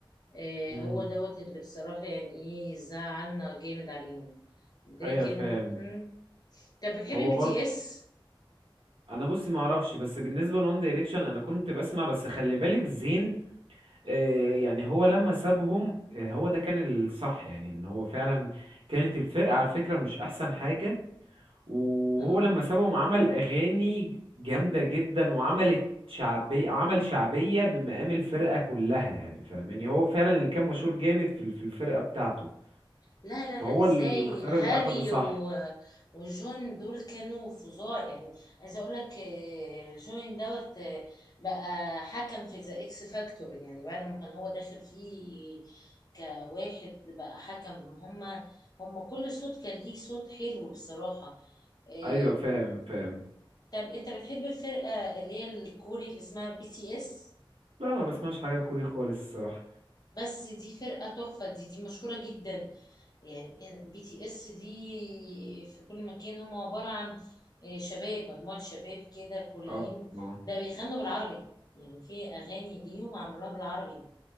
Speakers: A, on the left; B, on the right.
A: آه،
B: امم
A: هو دوت اللي بصراحة يعني ايه زعلنا جامد عليهم لكن
B: ايوه فاهم
A: مم. طب بتحبي
B: هو
A: بي
B: برضو
A: تي اس؟
B: انا بصي ما اعرفش بس بالنسبه لون دايركشن انا كنت بسمع بس خلي بالك زين آه، يعني هو لما سابهم آه، هو ده كان الصح يعني ان هو فعلا كانت الفرقه على فكره مش احسن حاجه وهو
A: اه
B: لما سابهم عمل اغاني جامده جدا وعملت شعبيه عمل شعبيه بمقام الفرقه كلها يعني فاهماني هو فعلا اللي كان مشهور جامد في ال- في الفرقه بتاعته
A: لا لا
B: فهو
A: لا ازاي
B: الاختيار
A: هاري
B: اللي اخده صح
A: و... وجون دول كانوا فظاع يعني عايزة اقول لك آه، جون دوت آه، بقى حكم في ذا اكس فاكتور يعني بعد ما كان هو داخل فيه كواحد بقى حكم هما هما كل صوت كان ليه صوت حلو بصراحة آه،
B: ايوه فاهم فاهم
A: طب انت بتحب الفرقة اللي هي الكوري اللي اسمها بي تي اس
B: لا ما بسمعش حاجه كوري خالص الصراحه
A: بس دي فرقة تحفة دي دي مشهورة جدا يعني بي تي اس دي في كل مكان هم عبارة عن آه، شباب مجموعة شباب كده كوريين
B: اه آه.
A: ده بيغنوا بالعربي يعني في أغاني ليهم عملوها بالعربي